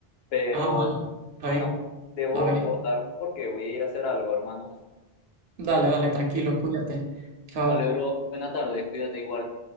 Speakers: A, on the left; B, on the right.
A: Pero,
B: Ah, vale, está
A: bueno,
B: bien,
A: debo
B: la veré.
A: cortar porque voy a ir a hacer algo, hermano.
B: Dale, dale, tranquilo,
A: Ok.
B: cuídate. Chao.
A: Vale, bro, buena tarde, cuídate igual.